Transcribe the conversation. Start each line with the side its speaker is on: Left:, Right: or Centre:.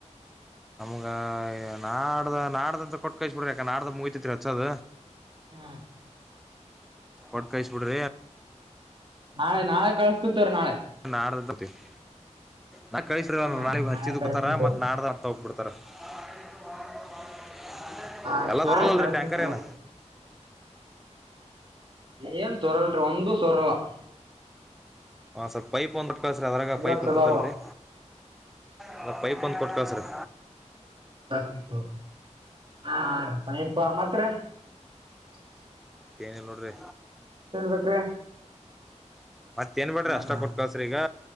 Centre: ನಮ್ಗ ನಾಡ್ದ ನಾಡ್ದಂತ ಕೊಟ್ ಕಿಸ ಬಿಡ್ರಿ ಯಾಕ ನಾಡ್ದ ಮುಗತಿತ್ರಿ ಹಚ್ಚದ.
Right: ಹಾ
Centre: ಕೊಟ್ ಕಾಯಸ್ಬಿಡ್ರಿ
Right: ನಾಳೆ ನಾಳೆ ಕಳಸ್ತತ್ವ ನಾಳೆ
Centre: ನಾಡ <unintelligible> ನಾ ಕಳಸ
Right: ಹಾ
Centre: ನಾಳಗ್
Right: ನಾಳೆ
Centre: ಹಚ್ಚಿದ್
Right: ಕಳಸ್ತನ್
Centre: ಬಿತ
Right: ತೋರಿ
Centre: ಮತ್ ನಡ್ದ ಹಂತ ಹೋಗ್ಬ ಬಿಡ್ತಾರ. <unintelligible>
Right: ಹಾ
Centre: ಎಲ್ಲ
Right: ನಾಳೆ
Centre: ರಲ್ಲಲ್ರಿ
Right: ಕಳಸ್ತನ್
Centre: ಟ್ಯಾಂಕರ್
Right: ತೋರಿ
Centre: ಏನ
Right: ಇದೇನ್ ಸುರಲ್ ಒಂದು ಸೋರಲಾ
Centre: ಹ ಸರ್ ಪೈಪ್ ಒಂದ್ಟ್ ಕಳಸ್ರೀ ಅದ್ರಾಗ
Right: ಎಲ್ಲಾ
Centre: ಪೈಪ್
Right: ಚಲೋ
Centre: ಇರ್ತತಿಲ್ರಿ
Right: ಅವ
Centre: ಅಲ್ಲ ಪೈಪ್ ಒಂದ್ ಕೊಟ್ಕಳಸ್ರರಿ
Right: ಹಾ ಹ ಅಪ್ಪ ಮಾತ್ರ <unintelligible> <inaudible>
Centre: ಏನಿಲ್ಲ ನೋಡ್ರಿ
Right: ಬೇಕ್ರಿ
Centre: ಮತ್ತೇಏನ್ಬೇಡ್ರಿ
Right: ಹಾ
Centre: ಅಷ್ಟ
Right: ಹಾ
Centre: ಕೊಟ್ ಕಳಸ್ರಿ ಈಗ